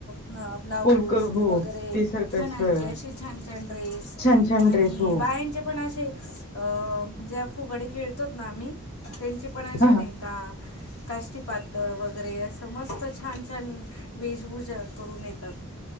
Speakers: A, on the left; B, on the left.
A: हं ब्लाऊज
B: कोलक हो
A: वगैरे.
B: ते सारखंच
A: खणांचे
B: अ,
A: असे छान, छान ड्रेस
B: छान छान
A: अणि
B: ड्रेस हो
A: बायांचे पण असे ज्या फुगडी खेळतोत ना आम्ही, त्यांची पण असे
B: हा
A: नाही
B: हा
A: का. काष्टी पातळ वगैरे असं मस्त छान -छान वेशभूषा करून येतात.